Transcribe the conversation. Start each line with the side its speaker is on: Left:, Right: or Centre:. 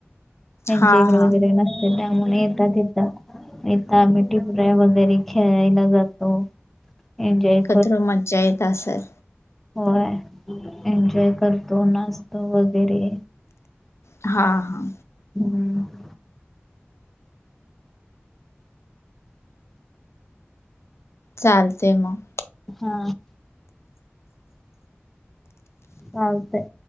Centre: त्यांची
Left: हा
Centre: इकड वगैरे
Left: हा
Centre: नसते त्यामुळे येतात येत. हितं आम्ही टिपऱ्या वगैरे खेळायला जातो एनजॉयो
Left: एकत्र मजा येत असेल?
Centre: होय. एन्जॉय करतो नाचतो वगैर तरे
Left: हा हा.
Centre: हम्.
Left: चालते मग.
Centre: हा चालतय.